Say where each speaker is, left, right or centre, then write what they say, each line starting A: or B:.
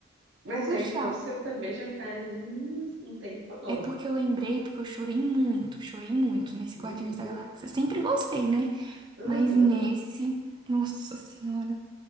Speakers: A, on the right; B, on the right.
A: Mas
B: puxar.
A: da infância eu também já faz um um tempão.
B: É porque eu lembrei, porque eu chorei muito, chorei muito nesse
A: Menina.
B: Guardiões da Galáxia. Sempre gostei, né?
A: Uhum.
B: Mas nesse, nossa senhora.